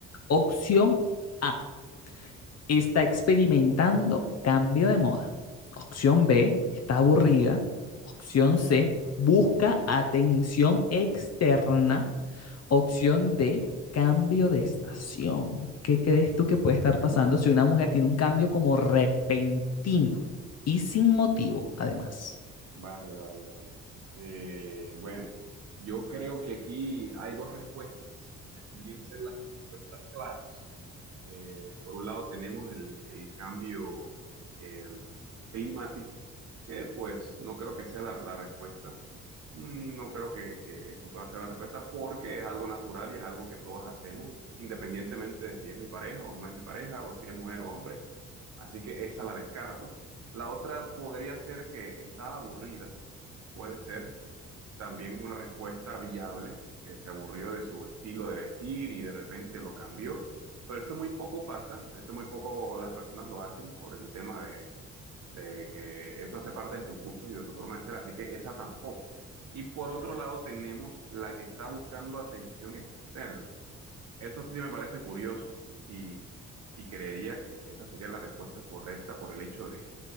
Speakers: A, on the left (about 55°); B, on the right (about 60°).
A: Opción A está experimentando cambio de moda. Opción B, está aburrida. Opción C, busca atención externa. Opción D, cambio de estación. ¿Qué crees tú que puede estar
B: Uh.
A: pasando si una mujer tiene un cambio como repentino y sin motivo, además?
B: Vale, vale, vale. Eh, bueno, yo creo que aquí hay dos respuestas que podrían ser las respuestas claras. Eh, por un lado tenemos el, el cambio eh, climático, que pues no creo que sea la, la respuesta. Mm, No creo que, que esto pueda ser la respuesta porque es algo natural y es algo que todos hacemos, independientemente de si es mi pareja o no es mi pareja, o si es mujer o hombre. Así que esa la descarto. La otra podría ser que está aburrida. Puede ser también una respuesta viable, que se aburrió de su estilo de vestir y de repente lo cambió. Pero esto muy poco pasa, esto muy poco las personas lo hacen por el tema de, de que eso hace parte de tus gustos y de tu forma de ser, así que esa tampoco. Y por otro lado tenemos la que está buscando atención externa. Esto sí me parece curioso y, y creería que esta sería la respuesta correcta por el hecho de